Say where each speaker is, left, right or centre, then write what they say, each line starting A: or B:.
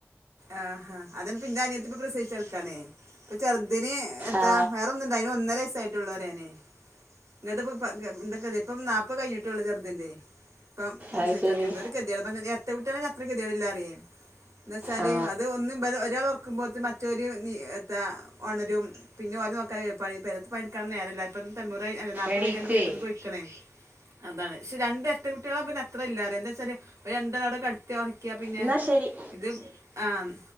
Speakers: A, on the right (about 85°); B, on the right (about 30°).
A: ആ ഹാ അതാണ് ഇപ്പ ഇന്റെ അനിയത്തിഇപ്പ പ്രസവിച്ചെട്ക്കാണേയ് ഇപ്പചെർദിന്- എത്താ
B: ആ
A: വേറൊന്ന്ണ്ട് അയ്നൊ ന്നരയ്സ്സായ്ട്ടൊള്ളൂ പറയാനെ. ഇങ്ങത്ത്പ്പ <unintelligible> എന്തക്കറിയോ ഇപ്പം നാപ്പയ് കഴിഞ്ഞിട്ടൊള്ളൂ ചെറ്തിന്റെയ് ഇപ്പം പ്രസവിച്ചെട്ക്കേ
B: അത് ശരി
A: എന്തോര് എ വട്ട അത്ര ഇരട്ടകുട്ട്യേളെ അത്രേ കെതേടില്ല പറിയേ എന്നെച്ചാല്
B: ആ
A: അത് ഒന്നും ഇബടെ ഒരാളൊർ നോക്കും ബോത്ത്‌ മറ്റൊര് നീ എത്താ ഒണരും. പിന്നെഓലെനോക്കലെ പയ് പെരെത്ത പണിട്‌ക്കാനൊന്നും നേരല്ല ഇപ്പത് തെണ്ണൂ റായ് അല്ല നാപ്പത്
B: എണീക്കേ
A: കൈഞ്ഞാണ്ട് വീട്ട്ന്ന് പൊയ് ക്ക്ണെ അതാണ് ക്ഷെ രണ്ടെര്ട്ട കുട്ട്യാളാവുമ്പോ പിന്നത്രല്ല്യ പറയാ എന്താച്ചല് രണ്ടും ആട കട് ടത്തി ഒറക്ക്യാപിന്നെ
B: എന്നാ ശരി
A: ഇത് ആഹ്